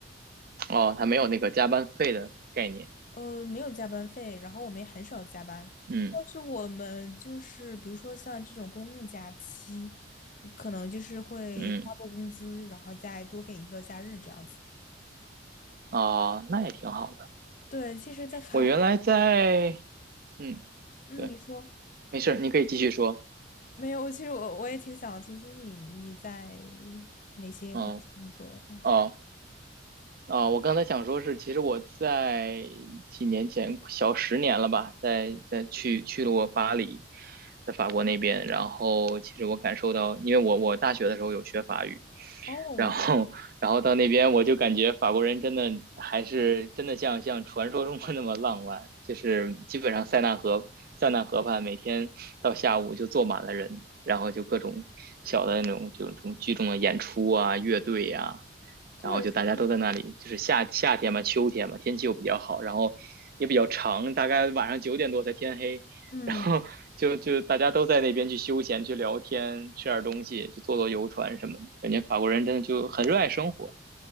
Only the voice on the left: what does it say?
呃，没有加班费，然后我们也很少加班，
但是我们就是比如说像这种公共假期，可能就是会发布工资，
然后再多给一个假日这样子。
对，其实，在法国
嗯，
你说
没有？其实我我也挺想听听你你在哪些公司工作。
嗯，
哦，
对，
是的，
嗯，